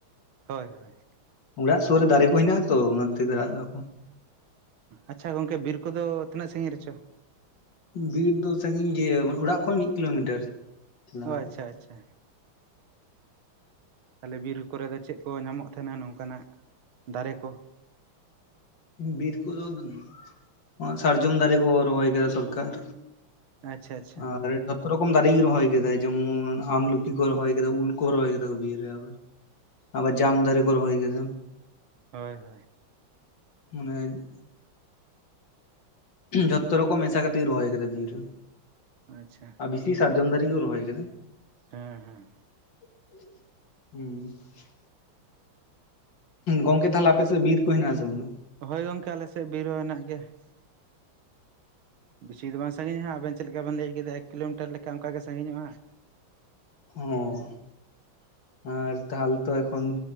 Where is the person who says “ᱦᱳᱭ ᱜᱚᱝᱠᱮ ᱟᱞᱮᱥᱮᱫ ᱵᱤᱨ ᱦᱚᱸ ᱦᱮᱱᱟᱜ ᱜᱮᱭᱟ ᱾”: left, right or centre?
Right